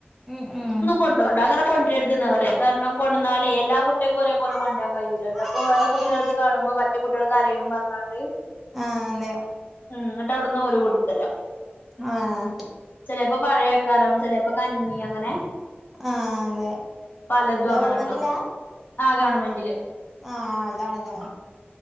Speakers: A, in the centre; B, on the left.
A: ഉം ഉം
B: കൊണ്ടോണ്ട അങ്ങനെ കൊണ്ടരുത് ന്ന പറിയ കാരണം കൊണ്ടന്നാലേ എല്ലാ കുട്ടികൾക്കും ഒരേപോലെ
A: ആഹ്
B: കൊണ്ടരാൻ കയ്യൂലല്ലോ ഇപ്പൊ വേറെ കുട്ടിയേൾത് കാണുമ്പോ മറ്റേ കുട്ടിയെൾ കരയും പറഞ്ഞാണ്ട്
A: ആഹ് അതെ
B: ഉം ഇന്നട്ട് അവിട്ന്ന് ഓല് കൊടുക്കലാ
A: ആഹ്
B: ചെലേപ്പ പഴേക്കാരം ചെലേപ്പ കഞ്ഞി അങ്ങനെ
A: ആഹ് അതെ
B: പലതും
A: ഗവൺമെന്റിലാ
B: അങ്ങനെ ഉണ്ടാവും ആ ഗവണ്മെന്റില്
A: ആഹ് അതാണ് ലേ